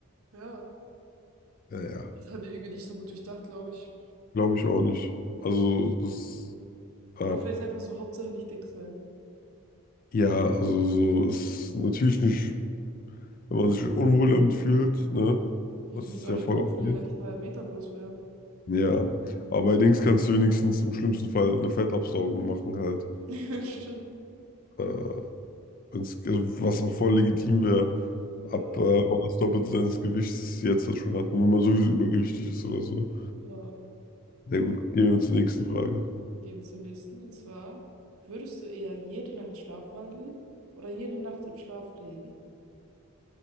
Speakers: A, on the right (about 75°); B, on the left (about 40°).
A: Ja.
B: Ja, ja,
A: Das haben die irgendwie nicht so gut durchdacht, glaube ich.
B: glaube ich auch nicht. Also,
A: Hm.
B: es, ah,
A: Oder vielleicht einfach so, Hauptsache nicht dick sein.
B: ja, also so ist natürlich nicht, wenn man sich unwohl damit fühlt, ne?
A: Ich
B: Das
A: würde mich
B: ist
A: jetzt auch
B: ja
A: nicht
B: voll
A: wohlfühlen,
B: okay.
A: wenn ich einen halben Meter groß wäre.
B: Ja, aber bei Dings kannst du wenigstens im schlimmsten Fall eine Fettabsaugung machen halt.
A: <laughs> Ja, Stimmt.
B: Äh, wenn's, also was auch voll legitim wäre, ab
A: Ja.
B: äh, wenn man das Doppelte seines Gewichts jetzt das schon hat. Und wenn man sowieso übergewichtig ist oder so.
A: Ja.
B: Na gut, gehen wir zur nächsten Frage.
A: Gehen wir zum nächsten. Und zwar, würdest du eher jede Nacht schlafwandeln oder jede Nacht im Schlaf reden?